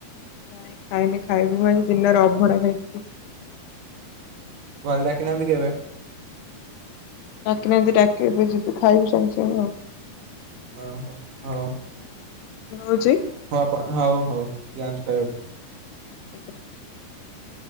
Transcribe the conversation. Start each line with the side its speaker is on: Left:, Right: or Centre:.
Left: ନାଇଁ ଖାଇନି ଖାଇବି ମୁଁ ଆଜି ଦିନରେ ଅଭଡ଼ା ଖାଇଥିଲି।
Right: ଘରେ ଡାକିନାହାନ୍ତି କେବେ?
Left: ଡାକି ନାହାନ୍ତି ଡାକିବେ ଏବେ ଯିବୁ ଖାଇବୁ ସଙ୍ଗ ସଙ୍ଗ ଆଉ।
Right: ଓହୋ ହଉ।
Left: ରହୁଚି।
Right: ହଉ ଆପଣ ହଉ ହଉ ଯଆନ୍ତୁ ଖାଇବାକୁ।
Left: <inaudible>